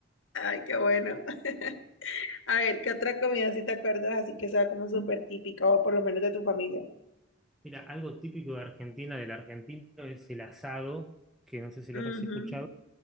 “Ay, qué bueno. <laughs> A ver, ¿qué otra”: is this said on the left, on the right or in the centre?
Left